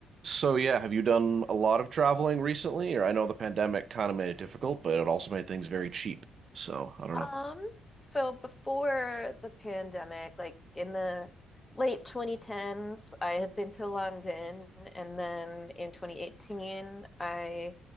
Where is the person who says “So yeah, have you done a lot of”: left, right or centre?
Right